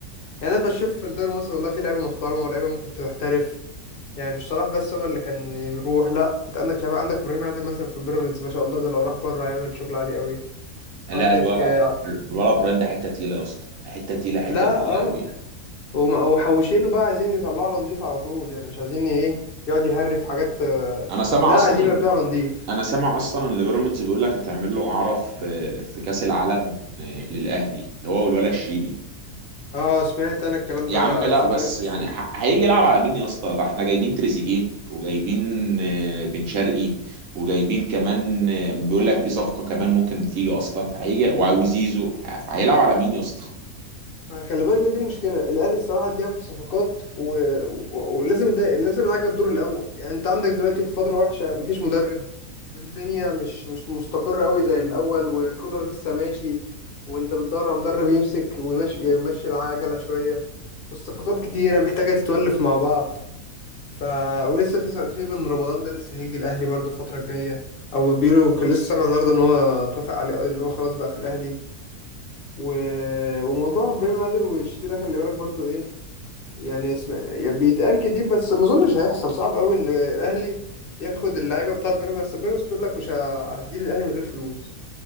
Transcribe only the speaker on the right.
لا
الولا
الولا ابراهيم ده حته تقيله يا اسطى حته تقيله حته
تقيله
قوي
انا سامع
اصلا
ان
انا سامع اصلا ان بيراميدز بيقول لك هتعمل له اعاره في في كاس العالم آه، للاهلي هو والولا الشيبي
يا
عم
لا بس
يعني
ح- هيجي يلعب على مين يا اسطى ده احنا جايبين تريزيجيه وجايبين آه، بن شرقي وجايبين كمان آه، بيقول لك في صفقه كمان ممكن تيجي اصلا فهيجي وزيزو ه- فهيلعب على مين يا اسطى